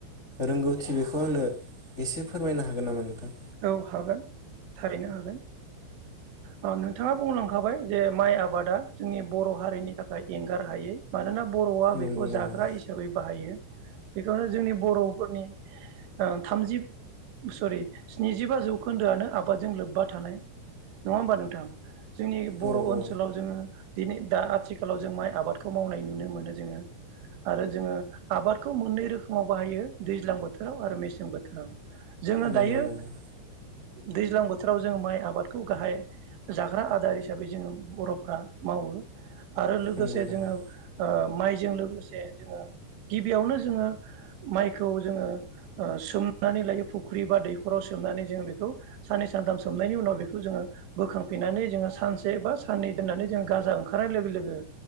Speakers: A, on the left; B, on the right.
A: रोंगौथि बेखौ आंनो एसे फोरमायनो हागोन नामा नोंथाङा?
B: औ हागोन थारैनो हागोन औ नोंथाङा बुंलांखाबाय जे माइ आबादा जोंनि बर' हारिनि थाखाय एंगार हाय मानोना बर'आ
A: नंगौ
B: बेखौ
A: नंगौ
B: जाग्रा हिसाबै बाहायो। बेखौनो जोंनि बर'फोरनि थामजि सरि स्निजिबा जौखोन्दोआनो आबादजों लोब्बा थानाय नङा होमबा नोंथां। जोंनि बर'
A: औ औ
B: ओनसोलाव जोङो दिनै दा आथिखालाव जों माइ आबादखौ मावनाय नुनो मोनो जोङो आरो जोङो आबादखौ मोननै रोखोमाव बाहायो दैज्लां बोथोराव आरो मेसें बोथोराव। जोङो
A: नंगौ
B: दायो
A: नंगौ
B: दैज्लां बोथोराव जोङो माइ आबादखौ गाहाय जाग्रा आदार हिसाबै जोङो बर'फ्रा मावो। आरो लोगोसे
A: नंगौ नंगौ
B: जोङो माइजों लोगोसे जोङो गिबियावनो जोङो माइखौ जोङो सोमनानै लायो फुख्रि बा दैखर न'खराव सोमनानै जोङो बेखौ साननै सानथाम सोमनायनि उनाव बेखौ जोङो बोखांफिननानै जोङो सानसे बा साननै दोननानै जोङो गाजा ओंखारनाय लोगो लोगो